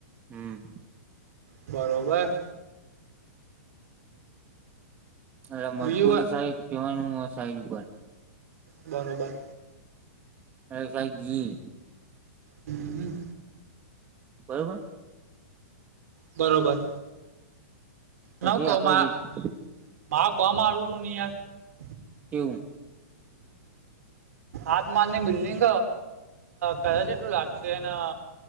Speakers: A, on the right; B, on the right.
A: હમ.
B: બરોબર.
A: એટ મરચુલી
B: બીજું કા
A: સાઈડ કહેવાનું હોય. સાઇલ ઉપર.
B: બરોબર.
A: હ <unintelligible>
B: હમ હ.
A: બરોબર.
B: બરોબર.
A: પછી
B: નકામાં
A: આપડે જઈશું
B: બા કમ આવ તન ત. <unintelligible>
A: કેવું
B: આત્માનની બિલ્ડિંગ કલર જેટલું લાગશે અને,